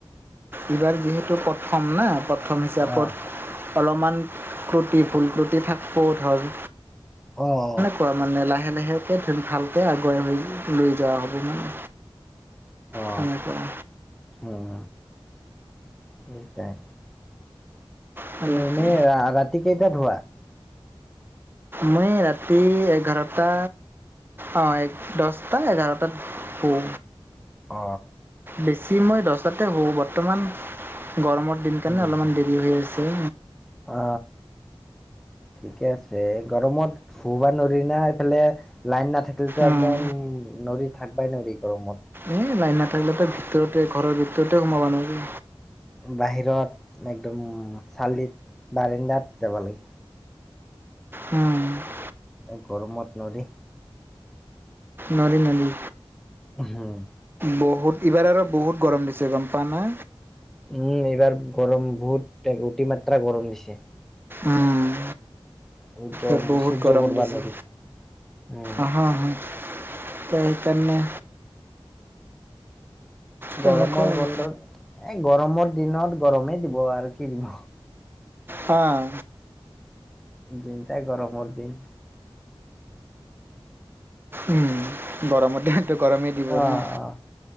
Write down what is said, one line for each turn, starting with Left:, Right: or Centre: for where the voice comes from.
Right: এইবাৰ যিহেতু প্ৰথম ন প্ৰথম হিচাপত
Centre: আহ
Right: অলপমান ক্ৰুটি ভুল ক্ৰুটি থাকিব ধৰ
Centre: অ অ।
Right: পৰা মানে লাহে লাহে <unintelligible> ভালকৈ আগুৱাই হৈ লৈ যোৱা হ'ব মানে।
Centre: অ
Right: তেনেকুৱা
Centre: উম সেইটাই।
Right: তেনেকে
Centre: তুমি ৰা-ৰাতি কেইটাত শুৱা?
Right: মই ৰাতি এঘাৰটা অ এক দহটা এঘাৰটাত শুও।
Centre: অ
Right: বেছি মই দহটাতে শুও বৰ্তমান গৰমত দিন কাৰণে
Centre: উম
Right: অলপমান দেৰি হৈ আছে।
Centre: অ ঠিকে আছে, গৰমত শুব নোৱাৰি না এইফালে লাইন নাথাক কিলেতো
Right: উম।
Centre: একদম নোৱাৰি থাকবাই নোৱাৰি গৰমত।
Right: এই লাইন নাথাকিলেতো ভিতৰতে ঘৰৰ ভিতৰতে সোমাব নোৱাৰি।
Centre: বাহিৰত একদম চালিত বাৰেণ্ডাত যাব লাগে।
Right: উম।
Centre: এই গৰমত নৰি।
Right: নৰি নৰি।
Centre: হম।
Right: বহুত এইবাৰ আৰু বহুত গৰম দিছে গম পা না?
Centre: উম এইবাৰ গৰম বহুত অটি মাত্ৰা গৰম দিছে।
Right: উম।
Centre: একদম
Right: এ বহুত
Centre: সহ্য
Right: গৰম
Centre: কৰবা
Right: দিছে
Centre: নৰি উম
Right: অহ অহ। ত সেইকাৰণে তেনেকুৱা
Centre: গৰমৰ
Right: আৰু।
Centre: বন্ধত এ গৰমৰ দিনত গৰমেই দিব আৰু কি দিব।
Right: অহ।
Centre: দিনটাই গৰমৰ দিন।
Right: উম গৰমত দিনতো গৰমেই দিব
Centre: অ
Right: ন
Centre: অ